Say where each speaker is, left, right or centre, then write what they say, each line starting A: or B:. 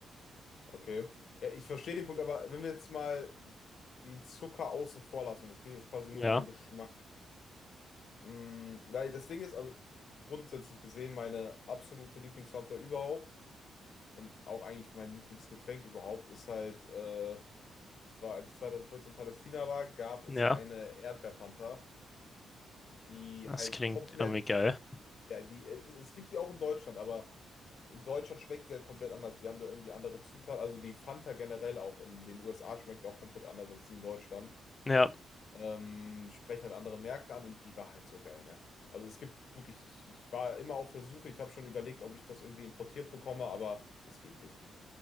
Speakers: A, on the left; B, on the left.
A: okay. Ja, ich verstehe den Punkt, aber wenn wir jetzt mal den Zucker außen vor lassen, und es geht jetzt quasi nur
B: Ja,
A: um den Geschmack. Mm, weil das Ding ist, also grundsätzlich gesehen, meine absolute Lieblingsfanta überhaupt. Und auch eigentlich mein Lieblingsgetränk überhaupt ist halt, äh, ich war, als ich 2014 in Palästina war, gab es
B: ja,
A: eine Erdbeerfanta, die
B: das
A: halt
B: klingt
A: komplett,
B: irgendwie geil.
A: ja, die, äh, es, es gibt die auch in Deutschland, aber in Deutschland schmeckt sie halt komplett anders. Die haben da irgendwie andere Zutaten. Also die Fanta generell auch in den USA schmeckt ja auch komplett anders als die in Deutschland.
B: Ja,
A: Ähm, sprechen halt andere Märkte an und die war halt so geil, ne? Also es gibt wirklich, ich, ich war immer auf der Suche, ich habe schon überlegt, ob ich das irgendwie importiert bekomme, aber es geht nicht.